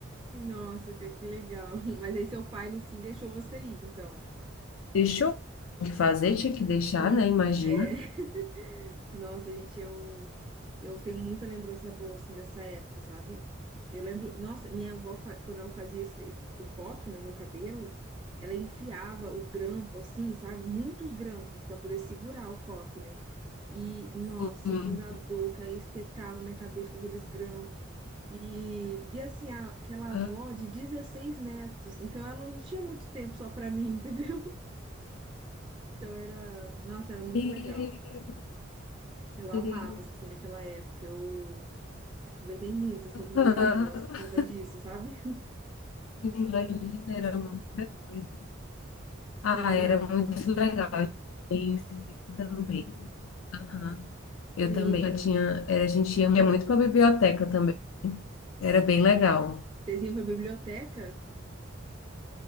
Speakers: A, on the right (about 25°); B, on the left (about 85°).
A: Nossa, que, que legal. <laughs> Mas aí seu pai, no fim, deixou você ir, então.
B: Deixou o que fazer, tinha que deixar,
A: Não,
B: né? Imagina.
A: é... <laughs> Nossa, gente, eu, eu tenho muita lembrança boa, assim, dessa época, sabe? Eu lembro... Nossa, minha avó, fa- quando ela fazia esse- o coque no meu cabelo, ela enfiava o grampo, assim, sabe? Muitos grampos para poder segurar o coque, né? E, nossa,
B: Sim.
A: eu lembro a dor que aí espetava minha cabeça com aqueles grampos. E, e assim, a- aquela
B: Ah,
A: avó de 16 netos, então ela não tinha muito tempo só pra mim, <laughs> entendeu? Então era, nossa, era muito
B: meu
A: legal. Eu amava,
B: Deus.
A: assim, naquela época. Eu aproveitei muito, assim, com meus
B: Ah,
A: avós por conta disso, sabe?
B: Imagina, era muita coisa. Ah,
A: Sim,
B: era
A: não.
B: muito legal. Isso também. Aham. Eu
A: Sim,
B: também. Eu tinha, era, a gente ia muito para a biblioteca também. Era bem legal.
A: vocês iam pra biblioteca?